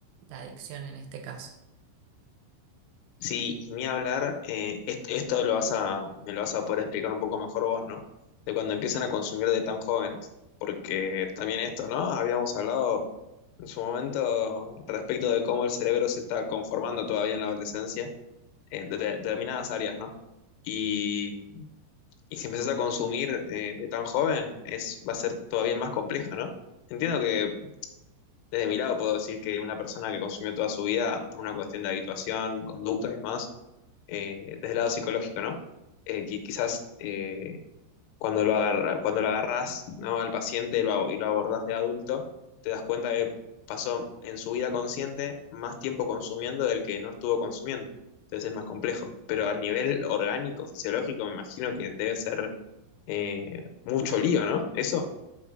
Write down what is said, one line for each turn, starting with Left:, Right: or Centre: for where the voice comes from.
Right: la adicción en este caso.
Left: Sí, y ni hablar, eh, est- esto lo vas a, me lo vas a poder explicar un poco mejor vos, ¿no? De cuando empiezan a consumir de tan jóvenes, porque también esto, ¿no? Habíamos hablado en su momento respecto de cómo el cerebro se está conformando todavía en la adolescencia, en de- de- determinadas áreas, ¿no? Y, y si empezás a consumir eh, de tan joven, es, va a ser todavía más complejo, ¿no? Entiendo que desde mi lado puedo decir que una persona que consumió toda su vida por una cuestión de habituación, conducta y demás, eh, desde el lado psicológico, ¿no? Eh, qui- quizás eh, cuando lo agarra, cuando lo agarrás, ¿no? al paciente y lo, ab- y lo abordás de adulto, te das cuenta que pasó en su vida consciente más tiempo consumiendo del que no estuvo consumiendo. Entonces es más complejo. Pero a nivel orgánico, fisiológico, me imagino que debe ser eh, mucho lío, ¿no? Eso.